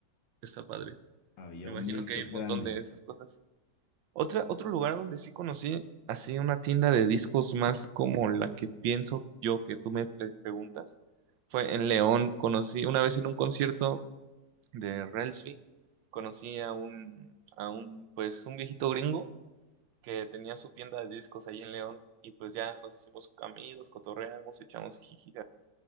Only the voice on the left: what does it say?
Había
un mix-up
grande.